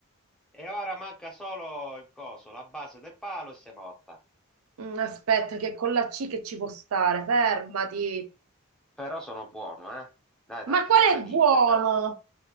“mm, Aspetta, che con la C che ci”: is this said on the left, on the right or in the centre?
Right